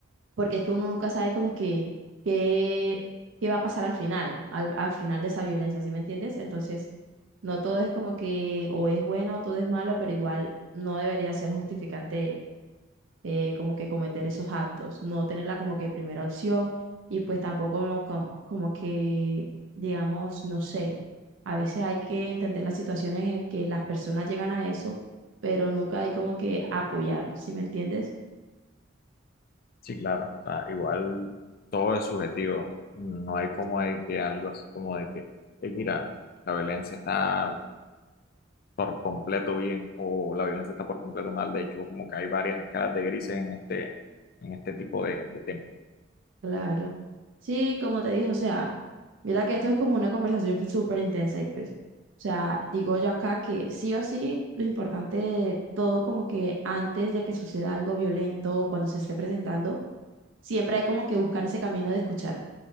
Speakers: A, on the right; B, on the left.
A: porque es que uno nunca sabe como que qué, qué va a pasar al final, al, al final de esa violencia, ¿sí me entiendes? Entonces, no todo es como que o es bueno o todo es malo, pero igual no debería ser justificante eh, como que cometer esos actos, no tenerla como que primera opción y pues tampoco como, como, como que, digamos, no sé, a veces hay que entender las situaciones en que las personas llegan a eso, pero nunca hay como que apoyar, ¿sí me entiendes?
B: Sí, claro, o sea, igual todo es subjetivo. No hay como de que algo así como de que, eh, mira, la violencia está por completo bien o la violencia está por completo mal. De hecho, como que hay varias escalas de grises en este, en este tipo de, de temas.
A: Claro. Sí, como te dije, o sea, mira que esto es como una conversación pues, súper intensa y pues, o sea, digo yo acá que sí o sí, lo importante de todo como que antes de que suceda algo violento o cuando se esté presentando, siempre hay como que buscar ese camino de escuchar